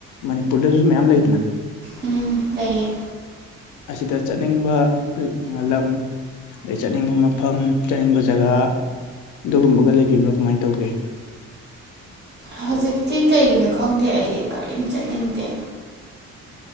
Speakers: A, on the left; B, on the right.
A: ꯃꯅꯤꯄꯨꯔꯗꯁꯨ ꯃꯌꯥꯝ ꯂꯩꯗꯅ
B: ꯎꯝ ꯂꯩꯌꯦ
A: ꯑꯁꯤꯗ ꯆꯠꯅꯤꯡꯕ ꯂꯝ ꯆꯠꯅꯤꯡꯕ ꯃꯐꯝ ꯆꯠꯅꯤꯡꯕ ꯖꯒꯥ ꯑꯗꯨꯒꯨꯝꯕꯒ ꯂꯩꯕꯤꯕ꯭ꯔꯥ ꯀꯃꯥꯏꯅ ꯇꯧꯒꯦ
B: ꯍꯧꯖꯤꯛꯇꯤ ꯀꯩꯒꯤꯅꯣ ꯈꯪꯗꯦ ꯑꯩꯗꯤ ꯀꯔꯤꯝ ꯆꯠꯅꯤꯡꯗꯦ